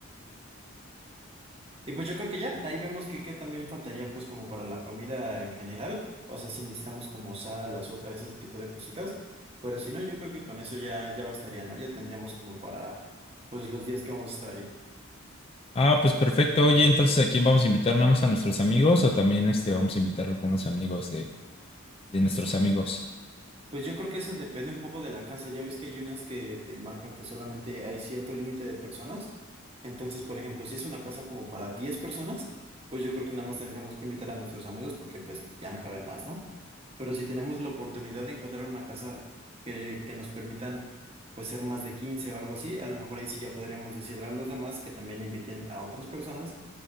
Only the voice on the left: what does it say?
Ah, pues perfecto. Oye, entonces, ¿a quién vamos a invitar? ¿Nada más a nuestros amigos o también este, vamos a invitar a algunos amigos de, de nuestros amigos?